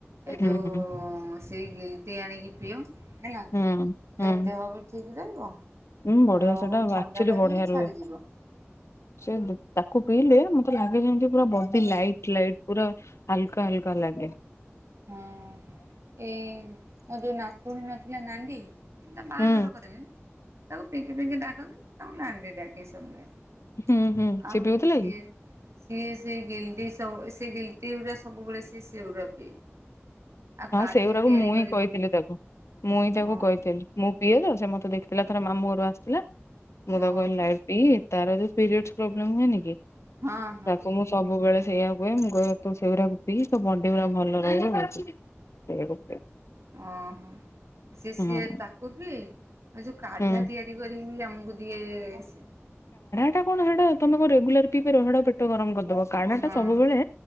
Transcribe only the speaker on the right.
ଏ
ଯୋଉ ସେଇ ଗିଟେଇ ଆଣିକି ପିଅଉଁ । ହେଲା,
ହେ ଦେହ ବି ଠିକ ରହିବ
ଆଉ
ଥଣ୍ଡା
ଟା
ବି
ଛାଡିଯିବ ।
ହଁ, ଏଇ ମୋ ଯୋଉ ନାତୁଣୀ ନ ଥିଲା -ନାଣ୍ଡି ମୁଁ ତା ବାହାଘର
କରିଦେଲି, ତାକୁ ପିଙ୍କିପିଙ୍କି ଡାକନ୍ତି, ମୁଁ ତାକୁ ନା ଧରି ଡାକେ ସବୁବେଳେ
ଆଉ
ସିଏ
ସିଏ ସେ ଗିଲତି ସ ସେ ଗିଲଟି ଉୁରା ସବୁବେଳେ ସିଏ ସେଉଡ଼ା ପିଏ। ଆଉ
କାଢା
ତିଆରି
କରି
ପିଏ।
ଓହୋ
ଓହୋ
ହଁ ହଁ
ଓହୋ, ସେ
ସିଏ ତାକୁ ବି ଏ ଯୋଉ କାଧା
ତିଆରି କରି ଆମକୁ ଦିଏ ।
ହଁ